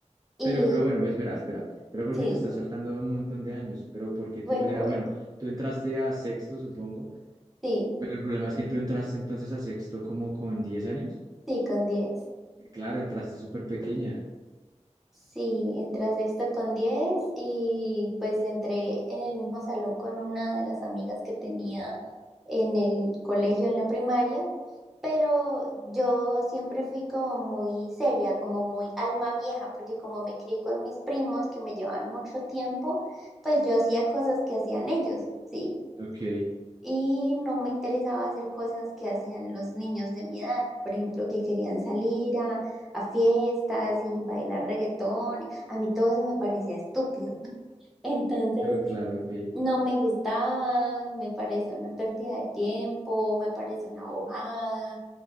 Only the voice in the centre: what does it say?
Y
sí,
bueno,
bueno,
sí,
sí, con diez
Sí, entré a sexto con 10 y pues entré en el mismo salón con una de las amigas que tenía en el colegio, en la primaria, pero yo siempre fui como muy seria, como muy alma vieja, porque como me crié con mis primos que me llevaban mucho tiempo, pues yo hacía cosas que hacían ellos, ¿sí?
Y no me interesaba hacer cosas que hacían los niños de mi edad, por ejemplo, que querían salir a, a fiestas y bailar reggaetón. A mí todo eso me parecía estúpido. <laughs> Entonces,
no me gustaba, me parecía una pérdida de tiempo, me parecía una bojada.